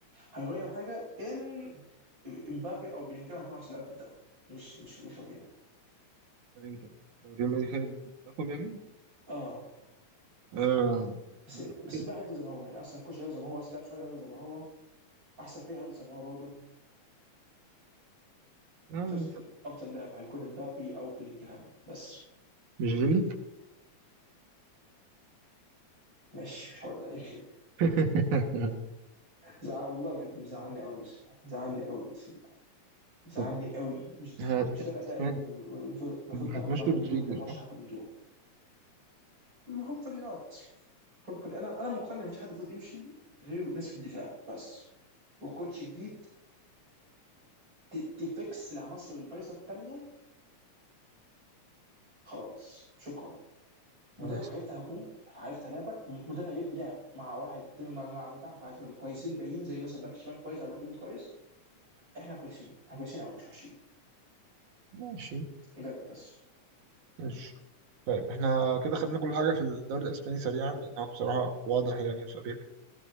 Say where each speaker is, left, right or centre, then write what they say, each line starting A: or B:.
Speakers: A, on the right; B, on the right.
A: هيغير حاجه ان امبابي او بلينجهام هيكون احسن لاعب في الدوري مش مش مش واخدينها
B: ده امتى؟ لو ريال مدريد خد اللقب يعني؟
A: اه
B: آه
A: بس
B: انت
A: بس
B: إيه؟
A: بقى هيفضل زي ما هو يعني احسن كوش هيفضل زي ما هو احسن لاعب صغير هيفضل زي ما هو احسن فريق هيفضل زي ما هو برضه
B: آه
A: جاست افضل لاعب هيكون امبابي او بلينجهام بس
B: مش فيني؟
A: ماشي مش هرد عليك
B: <laughs>
A: زعل والله بجد مزعلني قوي الموسم ده مزعلني قوي الموسم ده مزعلني
B: طب
A: قوي مش
B: هت-
A: مش ده الاداء اللي
B: هت-
A: المفروض المفروض تاخده
B: هتمشوا
A: بعد ما
B: رودريجو
A: تكون انت ماشي
B: صح؟
A: هبندور hopefully not hopefully انا انا مقتنع مفيش حد المفروض يمشي غير ناس في الدفاع بس وكوتش جديد وتفكس العناصر البايظه الثانيه خلاص شكرا مدرب
B: نايس
A: هيفتح هجوم هيفتح لعبك مدافع يبني لعب مع واحد تاني مع مع مدافع مع دفاع كويسين باين زي مثلا باك شمال كويس او باك يمين كويس احنا كويسين احنا كويسين قوي مش وحشين
B: ماشي
A: مدرب بس
B: ماشي طيب احنا كده خدنا كل حاجة في الدوري الأسباني سريعا لأن هو بصراحة واضح يعني فريق